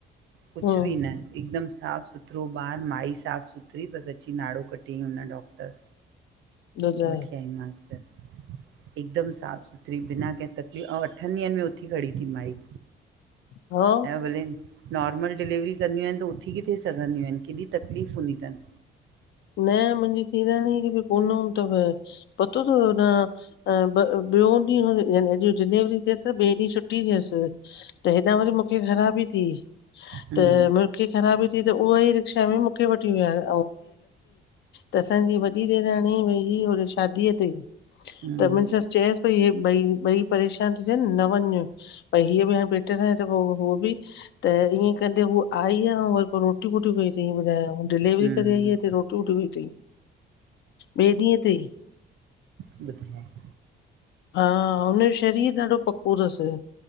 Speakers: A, on the right; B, on the left.
A: कुझु
B: हूं
A: बि न हिकदमि साफ़ु सुथिरो ॿारु माई साफ़ सुथरी बसि अची नाड़ो कटियई हुन डॉक्टर
B: ॿुधाए
A: वठी आई माँस त हिकदमि साफ़ु सुथरी बिना कंहिं तकलीफ़ ऐं अठनि ॾींहंनि में उथी खड़ी थी माई
B: हा
A: भली नॉर्मल डिलेवरी कंदियूं आहिनि त उथी किथे सघंदियूं आहिनि केॾी तकलीफ़ हूंदी अथनि।
B: न मुंहिंजी ॾेराणीअ खे बि कोन हुन्दो तव, पतो तव होॾा त ॿियों ॾींहुं या अॼु डिलेवरी थियसि ॿिए ॾींहुं छुटी थियसि त हेॾां वरी मूंखे ख़राबी थी
A: हम्म
B: त ख़राबी थी त उहा ई रिक्शा में मूंखे वठी विया ऐं त असांजी वॾी देराणी वई हुयी होॾे शादीअ ते
A: हम्म
B: त मुंहिंजी सस चयेसि पई हे ॿई ॿई परेशान थी थियन न वञ, भई हीअ बि हाणे पेट सां त पो हो बि त ईअं कंदे हू आई आ वरी पोइ रोटी वोटी कई तअं ॿुधाय डिलेवरी
A: हम्म
B: करे आई आहे हिते रोटी कई थई ॿिए ॾींहं ते ई
A: बदाए <unintelligible>
B: हा, हुनजो शरीर ॾाढो पको तसि।